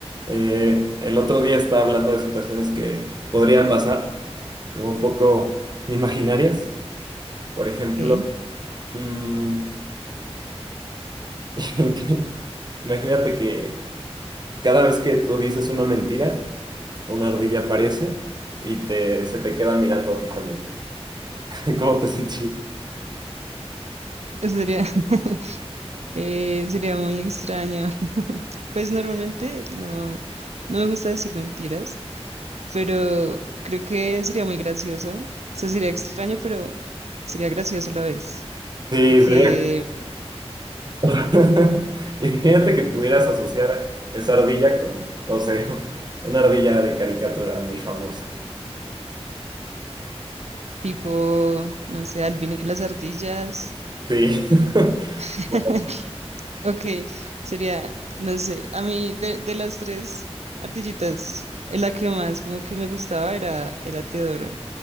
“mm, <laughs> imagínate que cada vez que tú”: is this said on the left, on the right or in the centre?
Right